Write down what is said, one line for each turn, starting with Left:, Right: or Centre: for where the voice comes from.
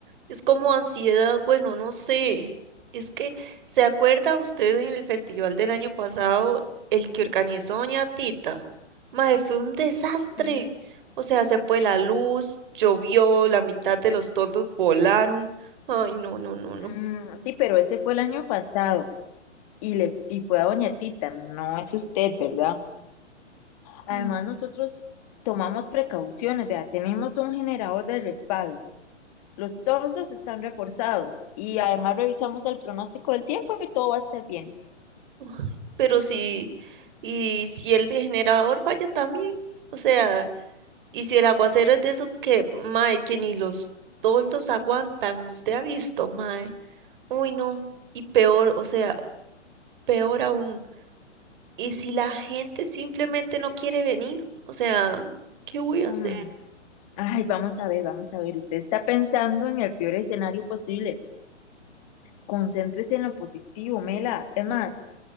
Right: Es como ansiedad, bueno, no sé. Es que, ¿se acuerda usted en el festival del año pasado, el que organizó Doña Tita? Mae, fue un desastre.
Left: Sí,
Right: O sea, se fue la luz, llovió, la mitad de los toldos volaron. Ay, no, no, no,
Left: Mm,
Right: no.
Left: sí, pero ese fue el año pasado y le y fue a Doña Tita, no es usted, ¿verdad? Además,
Right: Mm.
Left: nosotros tomamos precauciones, vea, tenemos un generador de respaldo Los toldos están reforzados y además revisamos el pronóstico del tiempo y todo va a estar bien.
Right: Ay, Pero si, y si el generador falla también, o sea, y si el aguacero es de esos que, mae, que ni los toldos aguantan, usted ha visto, mae. Uy, no. Y peor, o sea, peor aún. ¿Y si la gente simplemente no quiere venir? O sea, ¿qué voy a
Left: Mm,
Right: hacer?
Left: Ay, vamos a ver, vamos a ver. Usted está pensando en el peor escenario posible. Concéntrese en lo positivo, Mela. Es más,